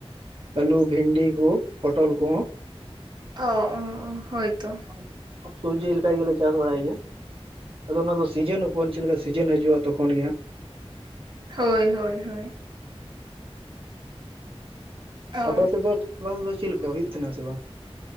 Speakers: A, on the right; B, on the right.
A: ᱟᱹᱞᱩ ᱵᱷᱤᱱᱰᱤ ᱠᱩ ᱯᱚᱴᱚᱞ ᱠᱚᱦᱚᱸ᱾
B: ᱚ ᱚ ᱚ ᱦᱳᱭᱛᱚ
A: <unintelligible> ᱞᱮᱠᱟ ᱜᱮ ᱞᱮ ᱪᱟᱥ ᱵᱟᱲᱟᱭ ᱜᱮᱭᱟ᱾ ᱟᱫᱚ ᱚᱱᱟ ᱫᱚ ᱥᱤᱡᱤᱱ ᱩᱯᱚᱱ, ᱪᱮᱫ ᱞᱮᱠᱟ ᱥᱤᱡᱤᱱ ᱦᱤᱡᱩᱜᱼᱟ ᱛᱚᱠᱷᱚᱱ ᱜᱮ ᱦᱟᱸᱜ᱾
B: ᱦᱳᱭ ᱦᱳᱭ ᱦᱳᱭ᱾ ᱚ
A: ᱟᱯᱮ ᱥᱮᱫ ᱫᱚ ᱪᱟᱥᱵᱟᱥ ᱫᱚ ᱪᱮᱫ ᱞᱮᱠᱟ ᱦᱩᱭᱩᱜ ᱛᱟᱦᱮᱱᱟ ᱥᱮ ᱵᱟᱝ?